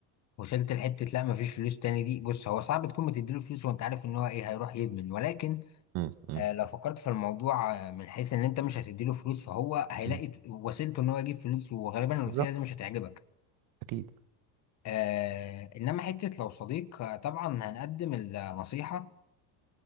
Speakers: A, on the left (about 35°); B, on the right (about 50°).
A: وصلت لحتة لا مفيش فلوس تاني دي بص هو صعب تكون بتديله فلوس وأنت عارف إن هو إيه هيروح يدمن ولكن
B: م- م-
A: آه لو فكرت في الموضوع آه من حيث إن أنت مش هتديله فلوس فهو هيلاقي
B: م.
A: ت- وسيلته إن هو يجيب فلوس وغالبا الوسيلة
B: بالظبط
A: دي مش هتعجبك
B: اكيد
A: آه إنما حتة لو صديق آه، طبعا هنقدم النصيحة